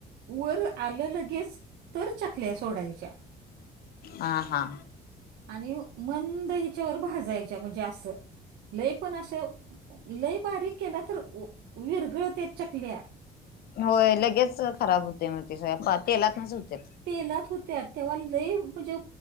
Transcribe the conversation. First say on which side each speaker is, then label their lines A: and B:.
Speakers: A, on the right (about 75°); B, on the left (about 65°).
A: वर आलं लगेच तर चकल्या सोडायच्या.
B: हा- हा.
A: आणि मंद हिच्यावर भाजायच्या म्हणजे असं लैय पण असं लैय बारीक केला तर व- व विरघळते चकल्या.
B: होय, लगेच खराब होते मग
A: होतात.
B: ते सगळ तेलात नच होते.
A: तेलात होत्यात तेव्हा लैय म्हणजे